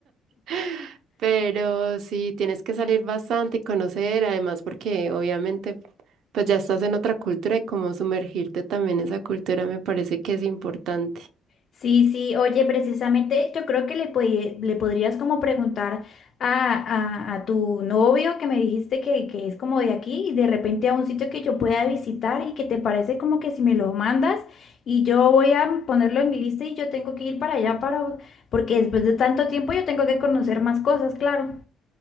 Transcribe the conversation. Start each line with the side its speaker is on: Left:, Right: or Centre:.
Right: <laughs> Pero sí, tienes que salir bastante y conocer, además porque obviamente pues ya estás en otra cultura y como sumergirte también en esa cultura me parece que es importante.
Left: Sí, sí, oye, precisamente yo creo que le, podí- le podrías como preguntar a, a- a tu novio que me dijiste que, que es como de aquí y de repente a un sitio que yo pueda visitar y que te parece como que si me lo mandas y yo voy a ponerlo en mi lista y yo tengo que ir para allá para, porque después de tanto tiempo yo tengo que conocer más cosas, claro.